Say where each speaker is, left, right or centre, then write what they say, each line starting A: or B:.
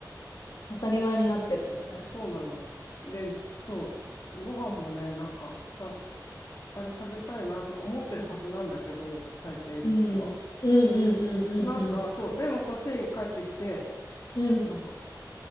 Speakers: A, on the left; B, on the left.
A: 当たり前になってるんだね。
B: そうなの。で、そう、ご飯もね、なんか、た、あれ食べたいなとか思ってるはずなんだけど、台北いるときは。
A: うん。うんうんうんうんうん。
B: なんか、そう、でもこっちに帰ってきて、
A: うん。
B: なんか、